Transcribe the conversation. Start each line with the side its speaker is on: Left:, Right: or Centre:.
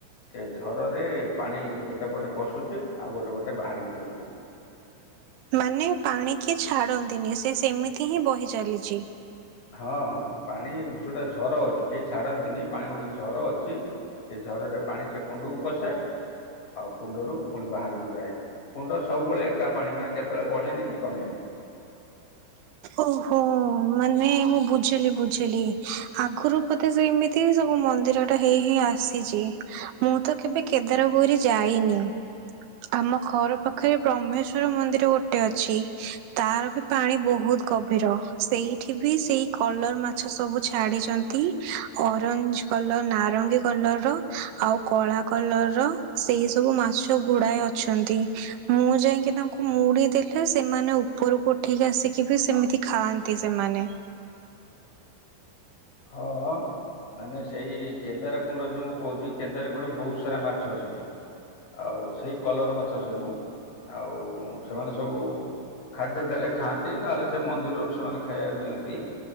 Left: ସେ ଝରରେ ପାଣି ଗୋଟେ ପଟେ ପଶୁଛି ଆଉ ଗୋଟେ ପଟେ ବାହାରିକି ଯାଉଛି।
Right: ମାନେ ପାଣି କିଏ ଛାଡନ୍ତିନି ସେ ସେମିତି ହିଁ ବହି ଚାଲିଚି।
Left: ହଁ ହଁ ପାଣି ଯୋଉଟା ଝର ଅଛି କେହି ଛାଡନ୍ତିନି ପାଣି ଗୋଟେ ଝର ଅଛି। ସେ ଝରରେ ପାଣି ସେ କୁଣ୍ଡକୁ ପଶେ ଆଉ କୁଣ୍ଡରୁ ପୁଣି ବାହାରକୁ ଯାଏ। କୁଣ୍ଡ ସବୁବେଳେ ଏକା ପାଣି ମାନେ କେତେବେଳେ ବଢେନି କି କମେନି।
Right: ଓହୋ ମାନେ ମୁଁ ବୁଝିଲି ବୁଝିଲି ଆଗରୁ ବଧେ ସେଇମିତି ତି ସବୁ ମନ୍ଦିର ଟା ହେଇ ହେଇ ଆସିଛି। ମୁଁ ତ କେବେ କେଦାରଗୌରୀ ଯାଇନି। ଆମ ଘର ପାଖରେ ବ୍ରହ୍ମେଶ୍ଵର ମନ୍ଦିର ଗୋଟେ ଅଛି ତାର ବି ପାଣି ବହୁତ ଗଭୀର ସେଇଠି ବି ସେଇ କଲର ମାଛ ସବୁ ଛାଡିଚନ୍ତି ଅରେଞ୍ଜ କଲର, ନାରଙ୍ଗୀ କଲର ର ଆଉ କଳା କଲର ର। ସେଇ ସବୁ ମାଛ ଘୁଡାଏ ଅଛନ୍ତି। ମୁଁ ଯାଇକି ତାଙ୍କୁ ମୁଡି ଦେଲେ ସେମାନେ ଉପରକୁ ଉଠେଇକି ଆସିକି ବି ସେମିତି ଖାଆନ୍ତି ସେମାନେ।
Left: ହଁ। ମାନେ ସେଇ କେଦାର କୁଣ୍ଡ ଯୋଉ ମୁଁ କହୁଛି କେଦାର କୁଣ୍ଡରେ ବହୁତ ସାରା ମାଛ ଅଛନ୍ତି। ଆଉ ସେଇ କଲର ମାଛ ସବୁ ଆଉ ସେମାନେ ସବୁ ଖାଦ୍ୟ ଦେଲେ ଖାଆନ୍ତି ନହେଲେ ସେ ମନ୍ଦିରରୁ ସେମାନେ ଖାଇବାକୁ ଦିଅନ୍ତି